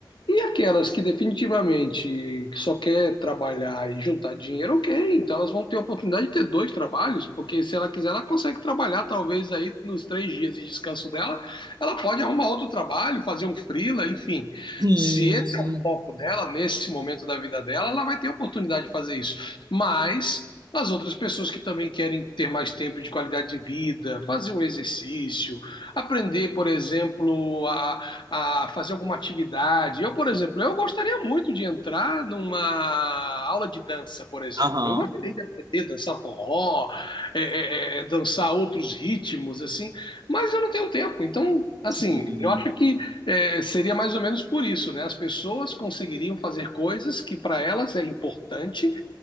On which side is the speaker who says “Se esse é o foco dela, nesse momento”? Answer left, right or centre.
Left